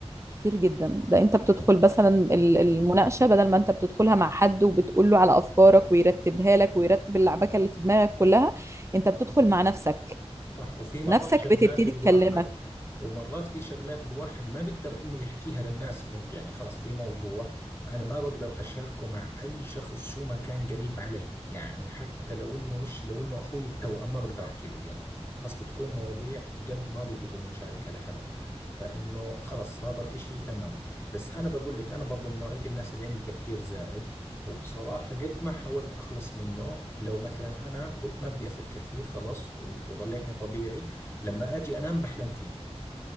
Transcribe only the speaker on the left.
صح وفي مرات
شغلات
الواحد
ومرات في شغلات الواحد ما بيقدر انه يحكيها للناس فهمت يعني خلص في موضوع انا ما بقدر اشاركه مع اي شخص شو ما كان قريب علي يعني حتى لو انه مش لو انه اخوي التوأم ما بقدر احكي له اياه خلص بتكون مواضيع جد ما بزبط انه نشاركها لحدا فانه خلص هذا الاشي تمام بس انا بقول لك انا برضو من نوعية الناس اللي عندي تفكير زائد وبصراحة قد ما حاولت أخلص منه لو مثلا أنا قلت ما بدي أفكر فيه خلاص وظليتني طبيعي لما أجي أنام بحلم فيه